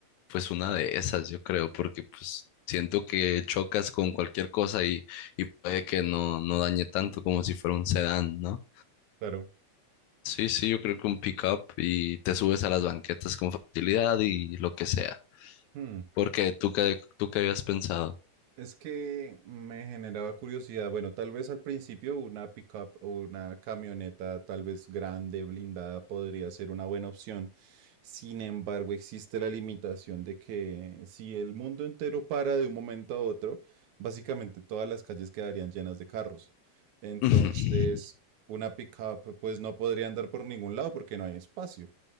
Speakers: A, on the left (about 80°); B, on the right (about 80°).
A: pues una de esas, yo creo, porque pues siento que chocas con cualquier cosa y, y puede que no, no dañe tanto como si fuera un sedán, ¿no?
B: claro.
A: Sí, sí, yo creo que un pickup y te subes a las banquetas con facilidad y lo que sea.
B: Hmm.
A: Porque tú qué, tú qué habías pensado.
B: Es que me generaba curiosidad. Bueno, tal vez al principio una pickup o una camioneta, tal vez grande, blindada, podría ser una buena opción. Sin embargo, existe la limitación de que si el mundo entero para de un momento a otro, básicamente todas las calles quedarían llenas de carros. Sí. Entonces,
A: <laughs>
B: una pickup, pues no podría andar por ningún lado porque no hay espacio.